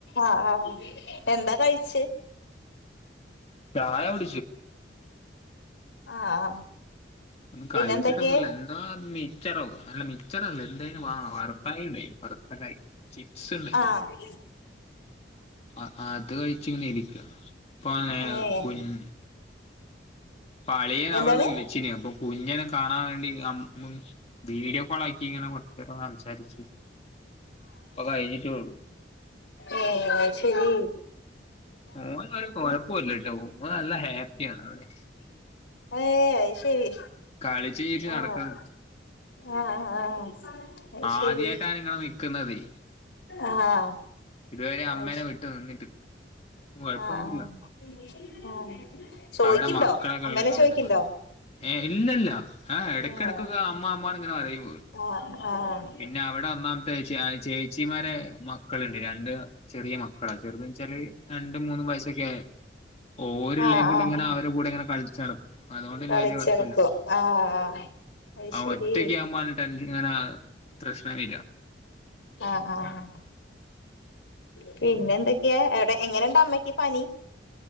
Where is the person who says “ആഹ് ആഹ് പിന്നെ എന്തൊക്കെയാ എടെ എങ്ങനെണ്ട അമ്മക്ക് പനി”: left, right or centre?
Left